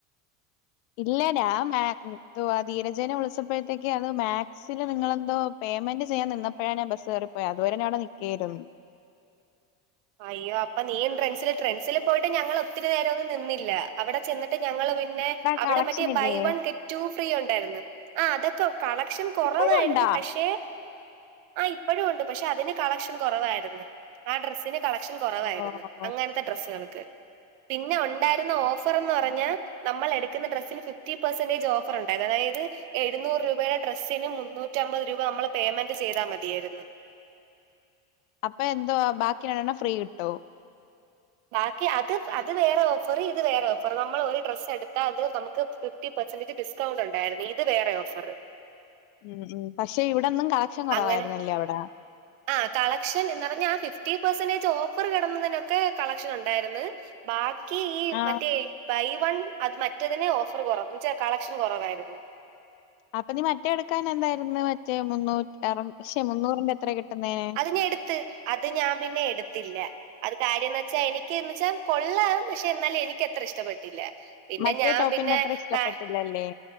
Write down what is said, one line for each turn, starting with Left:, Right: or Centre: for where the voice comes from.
Left: ഇല്ല ഞാ മാ ധീരജേന വിളിച്ചപ്പോഴത്തേക്ക് അത് മാത്സില്. നിങ്ങളെന്തോ പേ്മെന്റ് ചെയാൻ നിന്നപ്പോഴാണ് ഞാ ബസ് കറിപ്പോയി. അതുവരെ ഞന് അവിടെ നിക്കായിരുന്നു.
Right: അയ്യോ അപ്പ നീൻ ട്രസില് ട്രെൻസിൽ പോയിട്ട് ഞങ്ങൾ ഒത്തിരി നേരം ഒന്നും നിന്നില്ല. അവിടെ ചെന്നിട്ട് ഞങ്ങ പിന്നെ അവിടെ
Left: കളക്ഷൻ
Right: മറ്റേ
Left: ഇല്ലേ
Right: ബൈ വൺ കെ ടു ഫ്രീ ഉണ്ടായിരുന്നു. ആ അതൊക്കെ കളക്ഷൻ കുറവായിരുന്നു.
Left: ഇപ്പോഴും ഉണ്ടാ
Right: പക്ഷെ ആ ഇപ്പഴും ഉണ്ട് പക്ഷെ അതിന്റെ കളക്ഷൻ കുറവായിരുന്നു. ആ ഡ്രസ്സിന്റെ കളക്ഷൻ കുറവായിരുന്നു
Left: ഓ
Right: അങ്ങനത്തെ ഡ്രസ്സുകൾക്ക്. പിന്നെ ഉണ്ടായിരുന്ന ഓഫർന്ന് പറഞ്ഞ നമ്മൾ എടുക്കുന്ന ഡ്രസ്സിൽ ഫിഫ്റ്റി പെർസന്റേജ് ഓഫർ ഉണ്ടായത അതായത്. എഴുന്നൂറ് രൂപയുടെ ഡ്രസ്സിന് മുന്നൂറ്റി അമ്പത് രൂപ നമ്മൾ പേയ്മെന്റ് ചെയ്താൽ മതിയായിരുന്നു.
Left: അപ്പൊ എന്തോവാ ബാക്കി രണ്ടെണ്ണം. ഫ്രീ കിട്ടോ?
Right: ബാക്കി അത് അത് വേറെ ഓഫറ്. ഇത് വേറെ ഓഫർ നമ്മൾ ഒരു ഡ്രസ്സ് എടുത്താൽ അത് നമുക്ക് ഫിഫ്റ്റിൻപെഴ്സെന്റെജ് ഡിസ്കൗണ്ട് ഉണ്ടായിരുന്നു. ഇത് വേറെ ഓഫറ്.
Left: ഉം ഉം പക്ഷെ ഇവിടെൊന്നും കളക്ഷൻ കുറവായിരുന്നല്ലേ
Right: അങ്ങനെ
Left: അവിടെ.
Right: ആ കളക്ഷൻ എന്ന് പറഞ്ഞ ആ ഫിഫ്റ്റി പെർസെന്റേജ് ഓഫർ കിടുന്നതിനൊക്കെ കളക്ഷൻ ഉണ്ടായിരുന്നു. ബാക്കിഇ
Left: ആ
Right: മറ്റേ ബൈ വൺ അത് മറ്റേതിനെ ഓഫർ കുറച്ച് കളക്ഷൻ കുറവായിരുന്നു.
Left: അപ്പൊ നീ മറ്റേടുക്കാൻ എന്തായിരുന്നു. മറ്റേ മുന്നൂറ്റ അറക്ഷെ മുന്നൂറിന്റെ എത്ര കിട്ടുന്നേ.
Right: നി എടുത്ത്. അത് ഞാൻ പിന്നെ എടുത്തില്ല. അത് കാര്യംന്ന് വെച്ചാൽ എനിക്ക്ന്ന് വെച്ചാൽ കൊള്ളാം പക്ഷെ എന്നാലും എനിക്ക് അത്ര ഇഷ്ടപ്പെട്ടില്ല. പിന്നെ
Left: മറ്റേ
Right: ഞാൻ
Left: ടോപ്പിന്റെ
Right: പിന്നെ
Left: അത്ര ഇഷ്ടപ്പെട്ടില്ലല്ലേ
Right: മാ